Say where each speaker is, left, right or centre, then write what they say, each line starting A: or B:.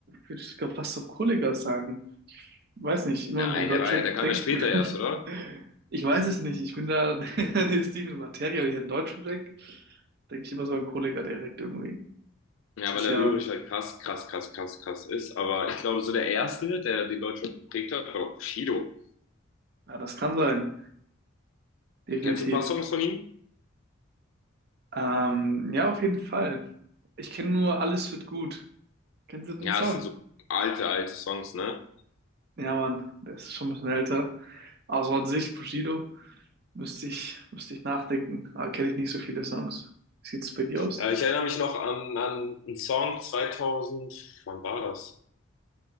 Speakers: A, on the right (about 50°); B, on the left (about 65°).
A: würde sogar fast auf Kollega sagen. Weiß nicht, immer
B: Nein,
A: wenn ich an Deutschrap
B: der war ja, der kam
A: denke.
B: ja später erst, oder?
A: <laughs> Ich weiß es nicht. Ich bin da, <laughs> nee, Steven Materia, hier in an Deutschrap denke, denke ich immer so an Kollega direkt irgendwie.
B: Ja,
A: Das
B: weil
A: ist
B: er
A: ja,
B: lyrisch halt krass, krass, krass, krass, krass ist. Aber ich glaube, so der erste, der den Deutschrap geprägt hat, war doch Bushido.
A: ja, das kann sein. Definitiv.
B: Kennst du ein paar Songs von ihm?
A: Ähm, ja, auf jeden Fall. Ich kenne nur Alles wird gut. Kennst du den
B: Ja,
A: Song?
B: es sind so alte, alte Songs, ne?
A: Ja, Mann, der ist schon ein bisschen älter. Also an sich, Bushido. Müsste ich, müsste ich nachdenken. Aber kenne ich nicht so viele Songs. Sieht's bei dir aus?
B: Äh, ich erinnere mich noch an, an einen Song 2000. wann war das?